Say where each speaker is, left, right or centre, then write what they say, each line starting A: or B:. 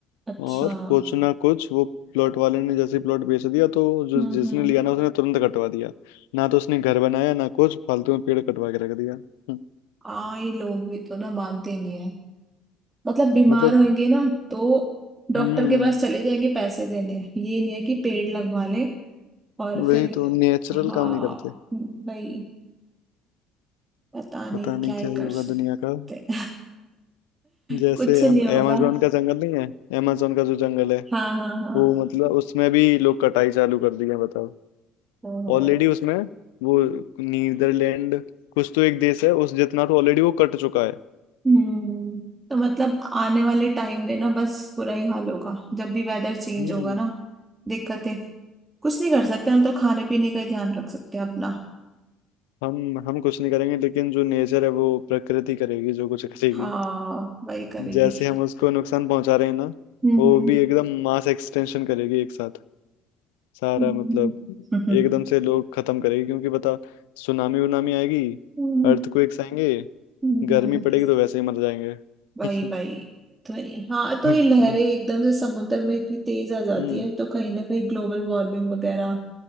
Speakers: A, on the right (about 25°); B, on the left (about 75°).
A: अच्छा
B: और
A: हम्म
B: कुछ ना कुछ वो प्लॉट वाले ने जैसे प्लॉट बेच दिया तो जो
A: हम्म
B: जिसने लिया ना उसने तुरंत कटवा दिया ना तो उसने घर बनाया ना कुछ फालतू में पेड़ कटवा के रख दिया हम्म,
A: हाँ ये लोग भी तो ना मानते नहीं है मतलब बीमार
B: मतलब
A: होंगे ना तो डॉक्टर
B: हम्म
A: के पास चले जाएंगे पैसे देने ये नहीं है कि पेड़ लगवा लें और
B: वही
A: फिर
B: तो नेचुरल
A: हाँ
B: काम नहीं करते
A: भाई पता नहीं
B: पता नहीं
A: क्या ही
B: क्या ही
A: कर
B: होगा
A: सकते
B: दुनिया का जैसे
A: <laughs> कुछ नहीं
B: amazon
A: होगा
B: का जंगल नहीं है amazon का जो जंगल है
A: हाँ हाँ हाँ
B: वो मतलब उसमें भी लोग कटाई चालू कर दी है बताओ
A: तो
B: ऑलरेडी उसमें वो नीदरलैंड कुछ तो एक देश है उस जितना तो ऑलरेडी वो कट चुका है
A: हम्म तो मतलब आने वाले टाइम में ना बस बुरा ही हाल होगा जब भी वेदर चेंज
B: हम्म
A: होगा ना दिक्कतें कुछ नहीं कर सकते हम तो खाने पीने का ही ध्यान रख सकते हैं अपना
B: हम हम कुछ नहीं करेंगे लेकिन जो नेचर है वो प्रकृति करेगी जो कुछ करेगी
A: हाँ वही करेगी
B: जैसे हम उसको नुकसान पहुंचा रहे हैं ना
A: हम्म
B: वो भी एकदम मास एक्सटेंशन करेगी एक साथ सारा
A: हम्म
B: मतलब
A: हम्म
B: एकदम से लोग खत्म करेंगे क्योंकि बता सुनामी उनामी आएगी
A: हम्म,
B: अर्थक्वेक्स आएंगे
A: हम्म,
B: गर्मी पड़ेगी तो वैसे ही मर जाएंगे
A: वही
B: <laughs>
A: वही तो ये- हाँ तो
B: और
A: ये लहरें एकदम से समुद्र में इतनी तेज आ जाती
B: हम्म
A: है तो कहीं ना कहीं ग्लोबल वार्मिंग वगैरह